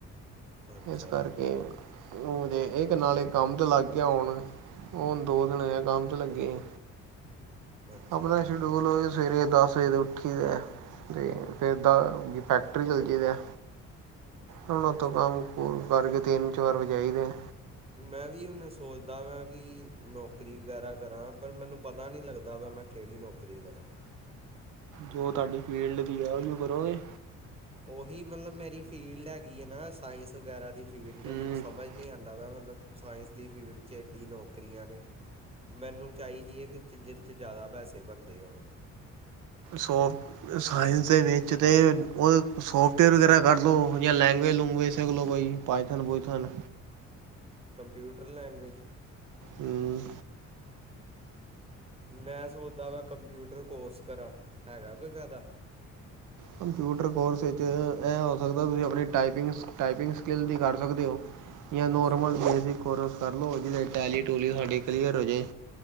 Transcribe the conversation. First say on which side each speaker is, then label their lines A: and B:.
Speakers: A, on the right; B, on the right.
A: ਅੱਛਾ
B: ਇਸ ਕਰਕੇ।
A: ਜੀ
B: ਉਹ ਇੱਕ ਨਾਲੇ ਕੰਮ ਤੇ ਲੱਗ ਗਿਆ ਹੁਣ, ਹੁਣ ਦੋ ਦਿਨ ਹੋਏ ਕੰਮ ਚ ਲੱਗੇ।
A: ਅੱਛਾ
B: ਆਪਣਾ
A: ਜੀ
B: ਸ਼ਡਿਊਲ ਉਹੀ ਸਵੇਰੇ ਦਸ ਵਜੇ ਉੱਠੀ ਦੈ। ਫੇਰ ਦਾ-ਫੈਕਟਰੀ ਚੱਲ ਜਾਇ ਦੈ। ਹੁਣ ਉਓਥੋਂ
A: ਅੱਛਾ
B: ਕੰਮ-ਕੁਰ ਕਰਕੇ ਤਿੰਨ ਚਾਰ ਵਜੇ ਆਈ ਦੈ।
A: ਮੈਂ ਵੀ ਹੁਣ ਸੋਚਦਾ ਵਾਂ ਕਿ ਨੌਕਰੀ ਵਗੈਰਾ ਕਰਾਂ ਪਰ ਮੈਨੂੰ ਪਤਾ ਨਹੀਂ ਲੱਗਦਾ ਵਾ ਮੈਂ ਕਿਹੜੀ ਨੌਕਰੀ ਨੌਕਰੀ ਕਰਾਂ।
B: ਜੋ ਤੁਹਾਡੀ ਫੀਲਡ ਦੀ ਐ ਉਹੀਓ ਕਰੋਗੇ।
A: ਉਹੀ ਮਤਲਬ ਮੇਰੀ ਫੀਲਡ ਹੈਗੀ ਆ ਨਾ ਸਾਇੰਸ ਵਗੈਰਾ ਦੀ ਫੀਲਡ
B: ਹੂੰ
A: ਮੈਨੂੰ ਸਮਝ ਨਹੀਂ ਆਂਦਾ ਪਿਆ ਮਤਲਬ ਸਾਇੰਸ ਦੀ ਫੀਲਡ ਚ ਐੱਡੀ ਨੌਕਰੀਆਂ ਨੇ। ਮੈਨੂੰ ਚਾਹੀਦੀ ਐ ਕਿ ਚ ਜੀਰ ਚ ਜ਼ਿਆਦਾ ਪੈਸੇ ਬਣਦੇ ਹੋਣ।
B: ਸੋਫ ਸਾਇੰਸ ਦੇ ਵਿੱਚ ਤੇ ਉਹ ਸੋਫਟਵੇਅਰ ਵਗੈਰਾ ਕਰ ਲੋ ਜਾਂ ਲੈਂਗੁਏਜ ਲੂੰਗੁਏਜ ਸਿੱਖ ਲੋ ਕੋਈ। ਪਾਈਥਨ ਪੁਇਥੋਨ।
A: ਕੰਪਿਊਟਰ ਲੈਂਗੁਏਜ
B: ਹੁੰ।
A: ਮੈਂ ਸੋਚਦਾ ਪਿਆ ਕੰਪਿਊਟਰ ਕੋਰਸ ਕਰਾਂ, ਹੈਗਾ ਕੋਈ ਫਾਇਦਾ?
B: ਕੰਪਿਊਟਰ ਕੋਰਸ ਵਿੱਚ ਇਹ ਹੋ ਸਕਦਾ ਤੁਸੀਂ ਆਪਣੀ ਟਾਈਪਿੰਗ ਸ ਟਾਈਪਿੰਗ ਸਕਿੱਲ ਦੀ ਕਰ ਸਕਦੇ ਹੋ। ਜਾਂ ਨਾਰਮਲ
A: ਅੱਛਾ
B: ਬੇਸਿਕ ਕੋਰਸ। ਕਰ ਲੋ ਜੀਦੇ ਚ ਟੈਲੀ ਟੂਲੀ ਸਾਡੇ ਕਲੀਅਰ ਹੋ ਜੇ,